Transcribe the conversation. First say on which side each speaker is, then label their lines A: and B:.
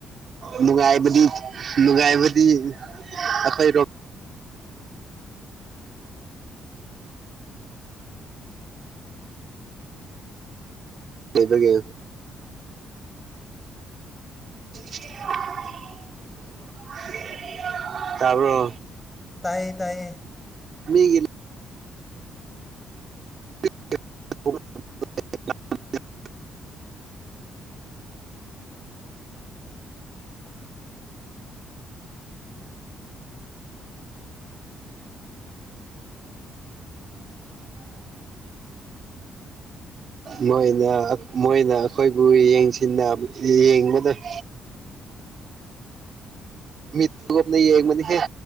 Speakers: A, on the right; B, on the left.
A: ꯅꯨꯡꯉꯥꯏꯕꯗꯤ ꯅꯨꯡꯉꯥꯏꯕꯗꯤ ꯑꯩꯈꯣꯏꯔꫭꯝ ꯂꯩꯕꯒ‌ꯦ <unintelligible> ꯇꯔꫭ
B: ꯇꯥꯏꯌꯦ ꯇꯥꯏꯌꯦ
A: ꯃꯤꯒꯤ <unintelligible>
B: <unintelligible>
A: ꯃꯣꯏꯅ ꯑ ꯃꯣꯏꯅ ꯑꯩꯈꯣꯏꯕꯨ ꯌꯦꯡꯁꯤ ꯌꯦꯡꯕꯗ <unintelligible> ꯃꯤꯁꯨꯞꯅ ꯌꯦꯕꯅꯤ ꯍ‌ꯦ